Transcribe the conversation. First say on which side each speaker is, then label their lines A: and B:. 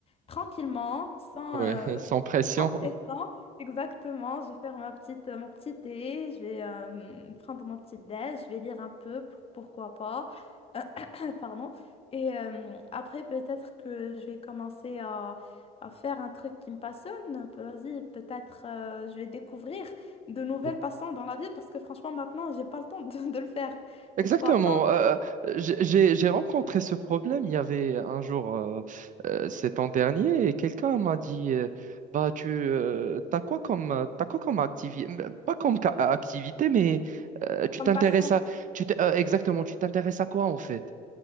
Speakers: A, on the left; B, on the right.
A: tranquillement, sans,
B: Ouais,
A: euh,
B: sans pression.
A: sans pression. Exactement, je vais faire ma petite, euh, mon petit thé, je vais euh, prendre mon petit déj, je vais lire un peu, pour- pourquoi pas pardon. Et euh, après, peut-être que je vais commencer à, à faire un truc qui me passionne. Vas-y, peut-être euh, je vais découvrir de nouvelles
B: <laughs>
A: passions dans la vie parce que franchement, maintenant, j'ai pas le temps de, de le faire.
B: Exactement.
A: Pourquoi pas
B: euh, euh, j'ai j'ai- j'ai rencontré ce problème. Il y avait un jour, euh, euh, cet an dernier, et quelqu'un m'a dit, euh, bah tu, euh, t'as quoi comme, euh, t'as quoi comme activité, pas comme ca- euh, activité, mais euh, tu
A: comme
B: t'intéresses
A: passant?
B: à, tu t'es- euh, exactement, tu t'intéresses à quoi en fait?